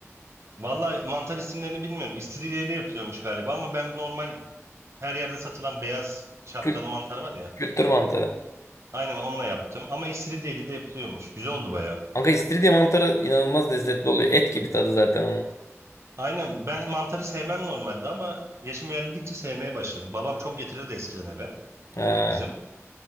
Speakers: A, on the right; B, on the left.
A: Vallahi mantar isimlerini bilmiyorum. İstiridyeyle yapılıyormuş galiba ama ben normal her yerde satılan beyaz şapkalı
B: Kül
A: mantar var ya.
B: kültür mantarı.
A: Aynen onunla yaptım ama istiridyeyle de yapılıyormuş. Güzel oldu baya.
B: Kanka istiridye mantarı inanılmaz lezzetli oluyor. Et gibi tadı zaten onun.
A: Aynen ben mantarı sevmem normalde ama yaşım ilerledikçe sevmeye başladım. Babam çok getirirdi eskiden eve
B: Ha.
A: bizim.